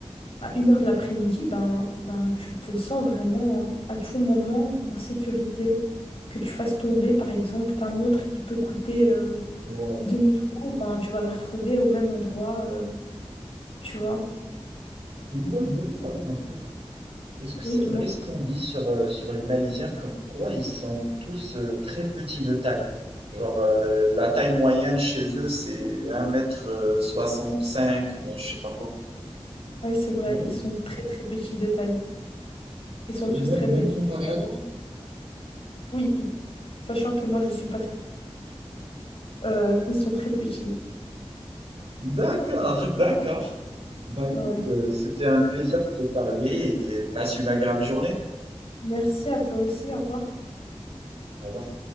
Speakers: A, on the left; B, on the right.
A: à une heure de l'après-midi. Ben, ben, tu te sens vraiment à tout moment en sécurité. Que tu fasses tomber, par exemple, ta montre qui peut coûter euh,
B: ouais.
A: deux mille euros, ben, tu vas la retrouver au même endroit. euh, tu vois?
B: Et dis-moi, je voulais savoir un truc. Est-ce que
A: Oui,
B: c'est
A: tu
B: vrai
A: vois.
B: ce qu'on dit sur, euh, sur les Malaisiens, comme quoi ils sont tous euh, très petits de taille? Genre, euh, la taille moyenne chez eux, c'est un mètre euh, soixante-cinq ou bien je sais pas quoi.
A: Oui, c'est vrai,
B: C'est vrai?
A: ils sont très très petits de taille. Ils sont
B: Euh,
A: tous
B: Même,
A: très
B: même
A: petits
B: comparé
A: de taille.
B: à toi?
A: Oui, sachant que moi je suis pas très... Euh, ils sont très petits.
B: D'accord, d'accord. Bah écoute,
A: Ouais.
B: euh, c'était un plaisir de te parler et passe une agréable journée.
A: Merci à toi aussi, au revoir.
B: Au revoir.